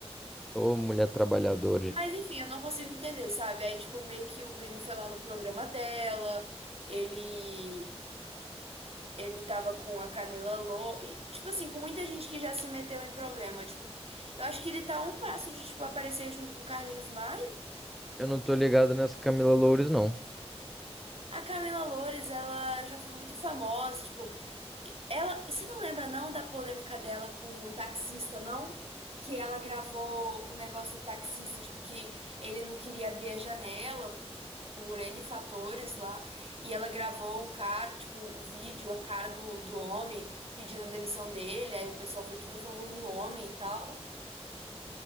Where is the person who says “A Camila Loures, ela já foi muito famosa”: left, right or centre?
Right